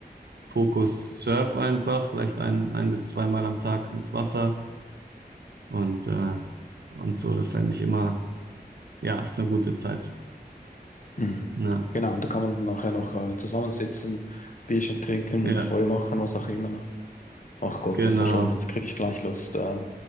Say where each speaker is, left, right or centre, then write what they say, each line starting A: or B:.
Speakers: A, on the right (about 80°); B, on the left (about 50°).
A: Fokus Surf einfach, vielleicht ein, ein bis zweimal am Tag ins Wasser und, äh, und so. Das ist eigentlich immer, ja, ist eine gute Zeit.
B: Mhm.
A: Ja,
B: Genau, und da kann man dann nachher noch äh, zusammensitzen, Bierchen trinken,
A: ja,
B: Feuer machen, was auch immer. ne? Ach Gott,
A: genau.
B: das ist ja schön. Jetzt kriege ich gleich Lust, äh,